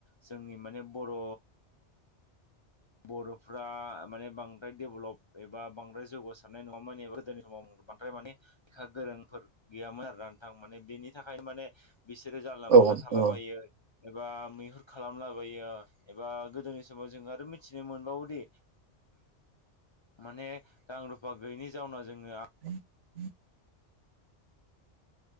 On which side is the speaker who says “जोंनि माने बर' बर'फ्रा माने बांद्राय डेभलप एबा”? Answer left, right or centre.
Left